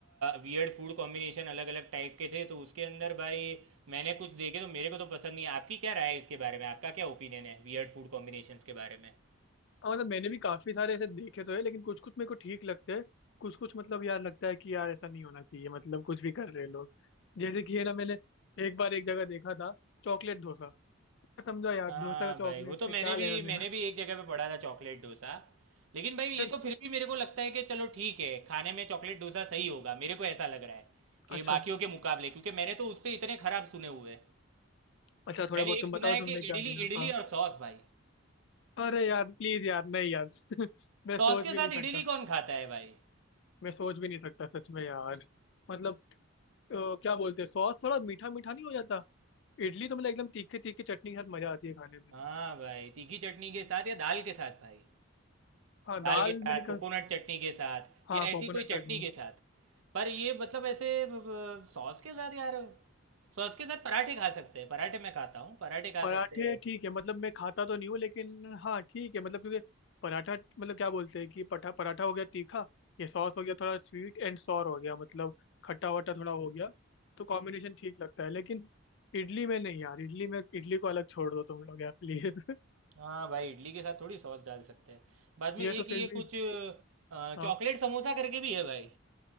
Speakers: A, on the right (about 80°); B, on the left (about 55°).
A: वियर्ड फूड कॉम्बिनेशन अलग अलग टाइप के थे तो उसके अंदर भाई मैंने कुछ देखे तो मेरे को तो पसंद नहीं है। आपकी क्या राय है इसके बारे में आपका क्या ओपिनियन है वियर्ड फूड कॉम्बिनेशंस के बारे में
B: हाँ, मतलब मैंने भी काफी सारे ऐसे देखे तो है लेकिन कुछ कुछ मेरे को ठीक लगते हैं कुछ कुछ मतलब यार लगता है कि यार ऐसा नहीं होना चाहिए मतलब कुछ भी कर रहे हैं लोग जैसे कि है ना मैंने एक बार एक जगह देखा था चॉकलेट डोसा समझो यार
A: हाँ
B: डोसा का चॉकलेट
A: भाई वो तो
B: से
A: मैंने
B: क्या
A: भी
B: लेना
A: मैंने
B: देना
A: भी
B: <laughs>
A: एक जगह पे पढ़ा था चॉकलेट डोसा लेकिन भाई ये
B: यार,
A: तो फिर भी मेरे को लगता है कि चलो ठीक है खाने में चॉकलेट डोसा सही होगा मेरे को ऐसा लग रहा है कि
B: अच्छा
A: बाकियों के मुकाबले क्योंकि मैंने तो उससे इतने खराब सुने हुए हैं
B: अच्छा थोड़ा
A: मैंने
B: बहुत
A: एक
B: तुम
A: सुना
B: बताओ
A: है
B: तुमने
A: कि
B: क्या
A: इडली
B: देना
A: इडली
B: हाँ
A: और सॉस भाई
B: अरे यार प्लीज यार नहीं यार <laughs> मैं
A: सॉस
B: सोच
A: के
B: भी
A: साथ
B: नहीं सकता
A: इडली कौन खाता है भाई
B: मैं सोच भी नहीं सकता सच में यार मतलब अ, क्या बोलते हैं सॉस थोड़ा मीठा मीठा नहीं हो जाता इडली तो मतलब एकदम तीखे तीखे चटनी के साथ मजा आती है खाने में
A: हाँ भाई तीखी चटनी के साथ या दाल के साथ भाई
B: हाँ
A: दाल
B: दाल
A: के साथ
B: मैंने
A: कोकोनट
B: कहा
A: चटनी के साथ
B: हाँ
A: या ऐसी
B: कोकोनट
A: कोई चटनी
B: चटनी
A: के साथ पर ये मतलब ऐसे ब- ब- सॉस के साथ यार सॉस के साथ पराठे खा सकते हैं पराठे मैं खाता हूँ पराठे खा
B: पराठे
A: सकते हैं
B: ठीक है मतलब मैं खाता तो नहीं हूँ लेकिन हाँ ठीक है मतलब क्योंकि पराठा मतलब क्या बोलते हैं कि पठा पराठा हो गया तीखा ये सॉस हो गया थोड़ा स्वीट एंड सॉर हो गया मतलब खट्टा वट्टा थोड़ा हो गया तो कॉम्बिनेशन ठीक लगता है लेकिन इडली में नहीं यार इडली में इडली को अलग छोड़ दो तुम लोग यार प्लीज
A: हाँ भाई इडली के साथ थोड़ी सॉस डाल सकते हैं
B: <laughs>
A: बाद में
B: ये
A: एक
B: तो
A: ये
B: फिर भी
A: कुछ अ,
B: हाँ
A: चॉकलेट समोसा करके भी है भाई